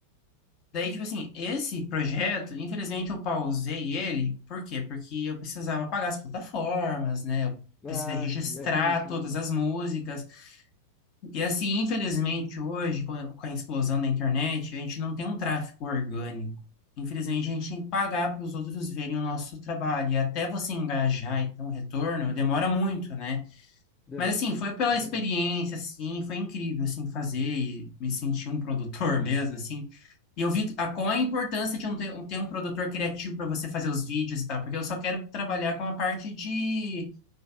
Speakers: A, on the left; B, on the left.
A: Daí, tipo assim, esse projeto, infelizmente eu pausei ele, por quê? Porque eu precisava pagar as plataformas, né? Eu
B: Ah,
A: precisei registrar
B: sim, é, tem isso,
A: todas
B: né?
A: as músicas. E assim, infelizmente, hoje, com com a explosão da internet, a gente não tem um tráfego orgânico. Infelizmente, a gente tem que pagar para os outros verem o nosso trabalho. E até você engajar e ter um retorno, demora muito, né?
B: Demão,
A: Mas assim, foi pela
B: é verdade.
A: experiência, assim, foi incrível, assim, fazer e me sentir um produtor <laughs> mesmo, assim. E eu vi a, qual a importância de um ter, um ter um produtor criativo para você fazer os vídeos e tal, porque eu só quero trabalhar com a parte de